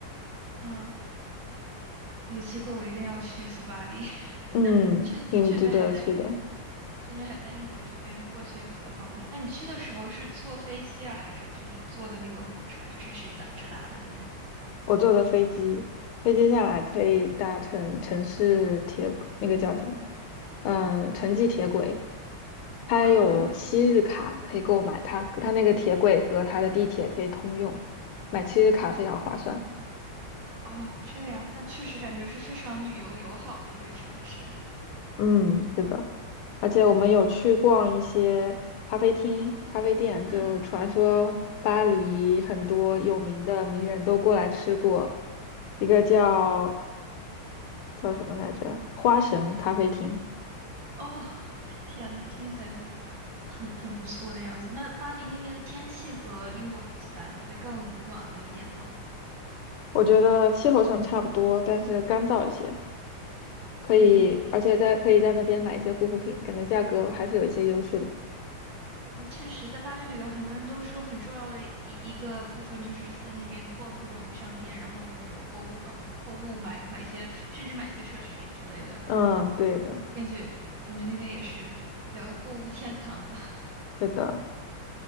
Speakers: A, on the right; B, on the left.
A: 啊，那有机会我一定要去斯巴黎，
B: 嗯，
A: <laughs> 趁趁着还在
B: 挺值得去的。
A: 甚至还在英国这边过去也比较方便。那你去的时候是坐飞机啊，还是去坐的那个火车，就是直达直达的那种呀？
B: 我坐的飞机，飞机下来可以搭乘城市铁，那个叫什么？嗯，城际铁轨，它有七日卡可以购买，
A: 啊，
B: 它它那个铁轨和它的地铁可以通用，买七日卡非常划算。
A: 哦，这样，那确实感觉是非常旅游友好的一个城市
B: 嗯，是的。而且我们有去逛一些咖啡厅、
A: 啊。
B: 咖啡店，
A: 嗯，
B: 就传说巴黎很多有名的名人都过来吃过，一个叫叫什么来着？花神咖啡厅，
A: 哦，天呐，听起来就很很不错的样子。那巴黎那边的天气和英国比起来呢，会更暖和一点吗？
B: 我觉得气候上差不多，但是干燥一些，可以，
A: 嗯。
B: 而且在可以在那边买一些护肤品，感觉价格还是有一些优势的。
A: 哦，确实，在巴黎旅游，很多人都说很重要的一一个部分就是在那边逛各种商店，然后旅游、购物，嗯，购物买买些，甚至买些奢侈品之类的。
B: 嗯，对的，
A: 感觉感觉那边也是比较购物天堂了。<laughs>
B: 是的，